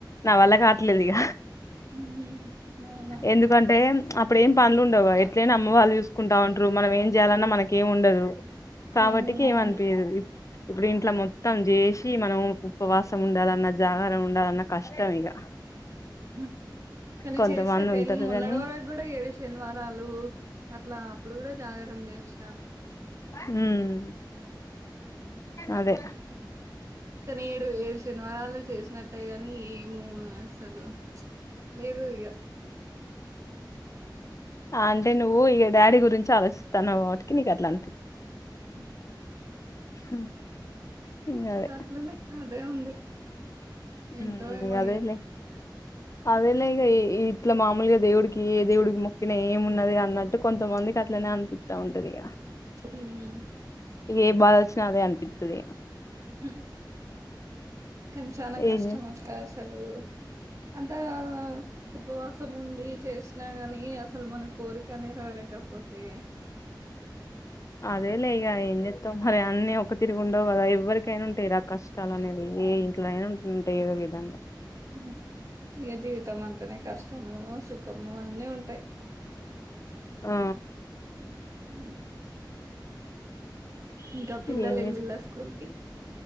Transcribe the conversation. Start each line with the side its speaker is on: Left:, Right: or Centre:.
Left: నా వల్ల కాట్లేదు ఇగ
Right: ఉమ్, అవునా
Left: ఎందుకంటే అప్పుడు ఏం పనులు ఉండవా ఎట్లైనా అమ్మ వాళ్ళు చూసుకుంటా ఉంట్రు మనం ఏం చేయాలన్నా మనక్ ఏం ఉండదు కాబట్టికి
Right: ఉమ్ అవును
Left: ఏమ్అనిపియదు ఇప్పుడు ఇంట్లో మొత్తం చేసి మనం ఉపవాసం ఉండాల అన్నద్ జాగరం ఉండాలన్న కష్టం ఇక
Right: మ్ కానీ
Left: కొంతమంది
Right: చేస్తా కై
Left: ఉంటారు
Right: మొన్నటి
Left: గాని
Right: వరకు కూడా ఏడు శనివారాలు అట్లా అప్పుడు కూడా జాగరం చేస్ <unintelligible> ఉష్ణ
Left: ఉమ్ అదే
Right: కానీ ఏడు ఏడు శనివారాలు చేసిన అంటే గాని ఏమో అసలు లేదు ఇగ
Left: అంటే నువ్వు ఇగ డాడీ గురించి ఆలోచిస్తానువుగా వాటికి నీకు అట్లా అన్
Right: <inaudible>
Left: <inaudible> అదే
Right: అట్లనే ఆన్ అదే ఉంది ఏంటో
Left: ఉమ్
Right: ఏమయ్యా
Left: ఇగ అదేలే అదేలే ఇక ఇ ఇట్లా మామలుగా దేవుడికి ఏ దేవుడికి మొక్కిన ఏమున్నది అన్నట్టు కొంతమందికి అట్లనే అనిపిస్తా ఉంటది కధా.
Right: ఈ
Left: ఏ బాధ వచ్చినా అదే అనిపిత్తది
Right: ఆ కానీ చానా కష్టం
Left: ఏం
Right: అక్కా అసలు ఆన్ అంత ఉపవాసం ఉండి చేసినా గాని అసలు మన కోరిక నెరవేరకపోతే
Left: అదే లే ఇక ఏం చెత్తవ్ మరి అన్నీ ఒక తిరిగా ఉండవు కదా ఎవ్వరికైనా ఉంటాయి కదా కష్టాల్ అనేవి, ఏ ఇంట్లో అయినా ఉంటంటాయి ఏదో విధంగా.
Right: ఉ ఏ జీవితం అంటనే కష్ట్ ష్టము సుఖము అన్నీ ఉంటాయ్
Left: ఆ
Right: ఉ ఇంకా పిల్లలు
Left: ఏం
Right: వెళ్దిల్లా
Left: చే
Right: స్కూల్ కి